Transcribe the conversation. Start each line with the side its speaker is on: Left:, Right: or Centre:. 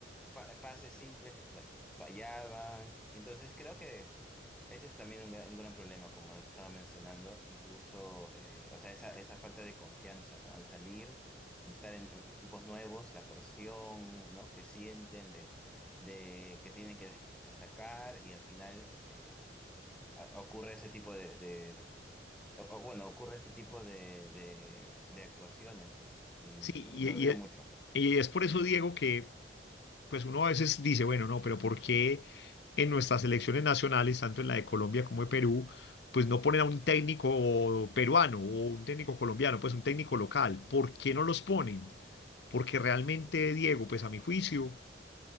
Centre: pa- pases simples la- fallaban. Entonces creo que ese es también un gran, un gran problema, como les estaba mencionando, incluso, eh, o sea, esa, esa falta de confianza, ¿no? Al salir y estar en equipos nuevos, la presión, ¿no? Que sienten de, de que tienen que des- destacar y al final eh, a- ocurre ese tipo de, de- o- o, bueno, ocurre ese tipo de, de, de actuaciones, ¿no? Y
Left: Sí, y,
Centre: lo
Left: y
Centre: veo
Left: es
Centre: mucho.
Left: y es por eso, Diego, que pues uno a veces dice, bueno, no, pero ¿por qué en nuestras selecciones nacionales, tanto en la de Colombia como de Perú, pues no ponen a un técnico peruano o un técnico colombiano, pues un técnico local? ¿Por qué no los ponen? Porque realmente, Diego, pues a mi juicio,